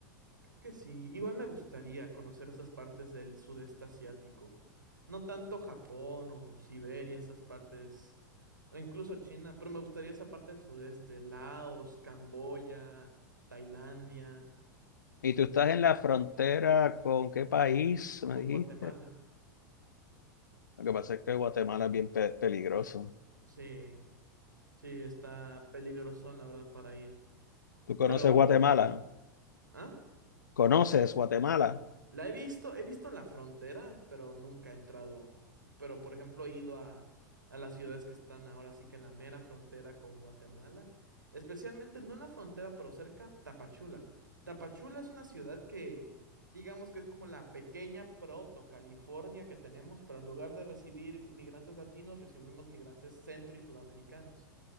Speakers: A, on the right; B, on the left.
A: Que sí, igual me gustaría conocer esas partes del sudeste asiático. No tanto Japón o Siberia, esas partes, o incluso China, pero me gustaría esa parte del sudeste, Laos, Camboya, Tailandia,
B: ¿Y tú estás en la frontera con qué país, me
A: con
B: dijiste?
A: Guatemala.
B: Lo que pasa es que Guatemala es bien pe- peligroso.
A: Sí, sí, está peligroso, la verdad, para ir.
B: ¿Tú conoces
A: Pero,
B: Guatemala?
A: ¿ah?
B: ¿Conoces Guatemala?
A: La he visto, he visto la frontera, pero nunca he entrado. Pero, por ejemplo, he ido a, a las ciudades que están ahora sí que en la mera frontera con Guatemala. Especialmente, no en la frontera, pero cerca, Tapachula. Tapachula es una ciudad que, digamos que es como la pequeña proto California que tenemos, pero en lugar de recibir migrantes latinos, recibimos migrantes centro y sudamericanos.